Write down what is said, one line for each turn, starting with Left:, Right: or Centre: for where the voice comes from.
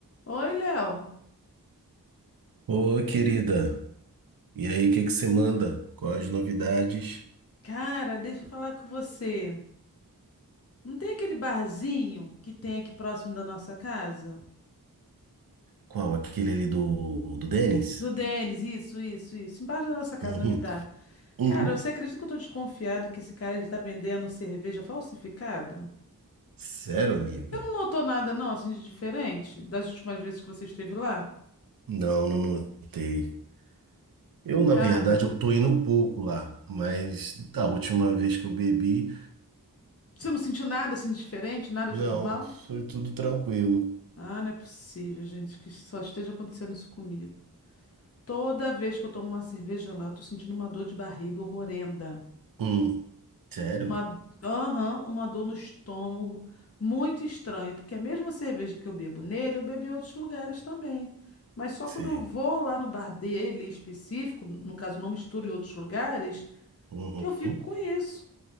Left: Oi, Léo.
Right: Ô, querida, e aí, o que que você manda? Quais as novidades?
Left: Cara, deixa eu falar com você. Não tem aquele barzinho que tem aqui próximo da nossa casa?
Right: Qual? Aquele ali do, do Denis?
Left: Do Denis, isso, isso, isso. Embaixo da nossa casa,
Right: Uhum.
Left: na verdade.
Right: Uhum.
Left: Cara, você acredita que eu tô desconfiado que esse cara ele tá vendendo cerveja falsificada?
Right: Sério, amiga?
Left: Você não notou nada, não, assim, de diferente das últimas vezes que você esteve lá?
Right: Não, não notei. Eu, na
Left: Cara,
Right: verdade, eu tô indo um pouco lá, mas da última vez que eu bebi,
Left: você não sentiu nada assim de diferente, nada
Right: não,
Left: de anormal?
Right: foi tudo tranquilo.
Left: Ah, não é possível, gente, que só esteja acontecendo isso comigo. Toda vez que eu tomo uma cerveja lá, eu tô sentindo uma dor de barriga horrenda.
Right: Hum. Sério?
Left: Uma, aham, uma dor no estômago. Muito estranho, porque é a mesma cerveja que eu bebo nele, eu bebo em outros lugares também. Mas só
Right: Sei.
Left: quando eu vou lá no bar dele específico, no caso, eu não misturo em outros lugares,
Right: Uhum.
Left: que eu fico com isso.